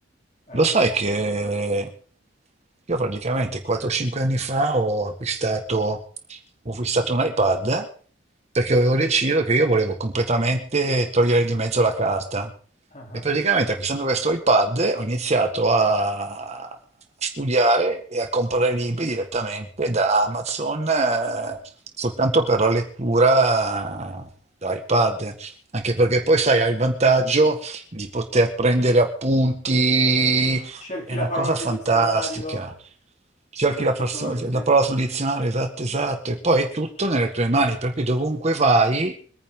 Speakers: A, on the left; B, on the right.
A: eh,
B: Lo sai
A: Conan.
B: che io praticamente 4-5 anni fa ho acquistato, ho acquistato un iPad perché avevo deciso che io volevo completamente togliere di mezzo la carta.
A: Ah.
B: E praticamente acquistando questo iPad ho iniziato a studiare e a comprare libri direttamente da Amazon eh, soltanto per la lettura da iPad. Anche perché poi, sai, hai il vantaggio di poter prendere appunti,
A: Cerchi
B: è una
A: la parola
B: cosa
A: sul
B: fantastica.
A: dizionario,
B: Cerchi
A: che è un'altra
B: la, perso-
A: cosa, sì.
B: la parola sul dizionario, esatto, esatto, e poi è tutto nelle tue mani, per cui dovunque vai